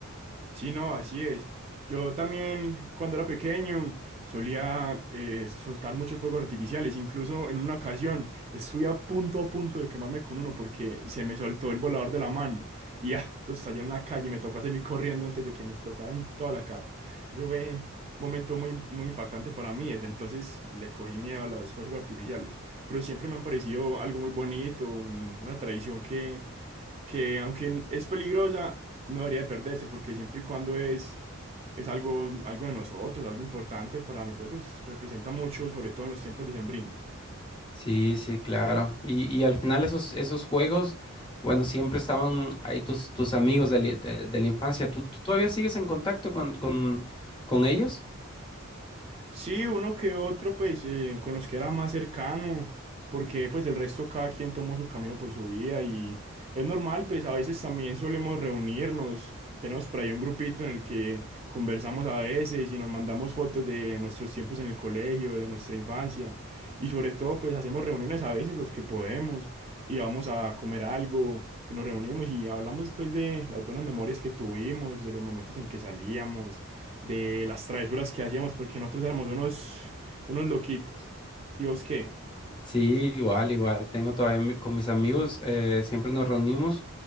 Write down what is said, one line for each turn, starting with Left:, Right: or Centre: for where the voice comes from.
Right: Sí, no, así es. Yo también, cuando era pequeño, solía eh, soltar muchos fuegos artificiales. Incluso en una ocasión estuve a punto a punto de quemarme con uno porque se me soltó el volador de la mano. Y ya, eso estalló en la calle. Me tocó salir corriendo antes de que me explotara en toda la cara. Eso fue un momento muy, muy impactante para mí. Desde entonces le cogí miedo a los fuegos artificiales. Pero siempre me han parecido algo muy bonito, un- una tradición que que aunque es peligrosa, no debería de perderse porque siempre y cuando es, es algo, algo de nosotros, algo importante para nosotros, representa mucho, sobre todo en los tiempos decembrinos.
Left: Sí, sí, claro. Y, y al final esos, esos juegos, bueno, siempre estaban ahí tus, tus amigos de, la de- de la infancia. ¿Tú, tú todavía sigues en contacto con, con, con ellos?
Right: Sí, uno que otro, pues, eh, con los que era más cercano, porque pues del resto cada quien tomó su camino por su vida y es normal, pues a veces también solemos reunirnos, tenemos por ahí un grupito en el que conversamos a veces y nos mandamos fotos de nuestros tiempos en el colegio, de nuestra infancia y sobre todo pues hacemos reuniones a veces los que podemos y vamos a comer algo y nos reunimos y hablamos pues de las buenas memorias que tuvimos, de los momentos en que salíamos de las travesuras que hacíamos, porque nosotros éramos unos, unos loquitos. ¿Y vos qué?
Left: Sí, igual, igual. Tengo todavía mi- con mis amigos, eh, siempre nos reunimos